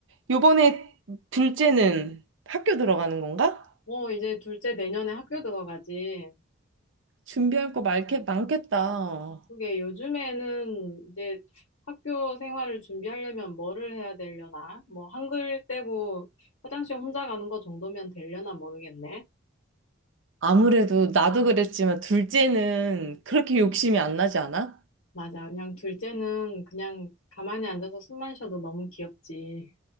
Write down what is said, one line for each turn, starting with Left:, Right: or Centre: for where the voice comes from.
Right: 요번에 둘째는 학교 들어가는 건가?
Left: 어, 이제 둘째 내년에 학교 들어가지.
Right: 준비할 거 많겠 많겠다.
Left: 그게 요즘에는 이제 학교 생활을 준비하려면 뭐를 해야 되려나? 뭐 한글 떼고 화장실 혼자 가는 거 정도면 되려나 모르겠네.
Right: 아무래도 나도 그랬지만 둘째는 그렇게 욕심이 안 나지 않아?
Left: 맞아. 그냥 둘째는 그냥 가만히 앉아서 숨만 쉬어도 너무 귀엽지.